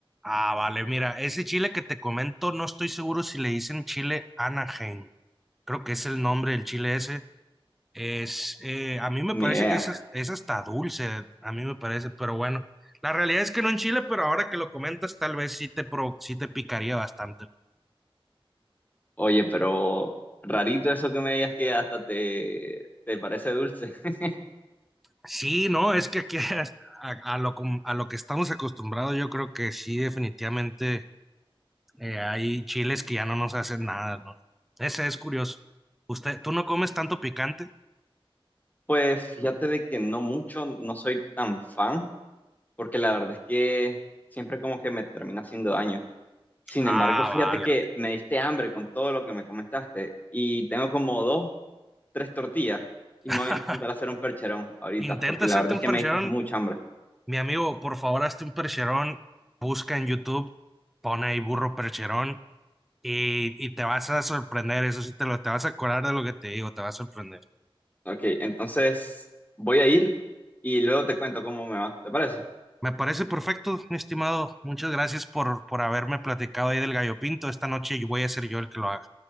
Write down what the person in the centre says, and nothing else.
Ah, vale, mira, ese chile que te comento, no estoy seguro si le dicen chile Anaheim, creo que es el nombre del chile ese. Es, eh, a mí me
parece
que es, es hasta dulce, a mí me parece, pero bueno, la realidad es que no en Chile, pero ahora que lo comentas, tal vez sí te, pro- sí te picaría bastante.
Sí, no, es que aquí <laughs> hasta- a, a lo, com- a lo que estamos acostumbrados, yo creo que sí, definitivamente eh, hay chiles que ya no nos hacen nada, ¿no? Ese es curioso. ¿Usted, tú no comes tanto picante?
Ah,
vale.
<laughs>
Intenta
hacerte
un
percherón
Mi amigo, por favor, hazte un percherón, busca en YouTube, pone ahí burro percherón y, y te vas a sorprender, eso sí, te lo, te vas a acordar de lo que te digo, te va a sorprender.
Me parece perfecto, mi estimado. Muchas gracias por, por haberme platicado ahí del gallo pinto. Esta noche voy a ser yo el que lo haga.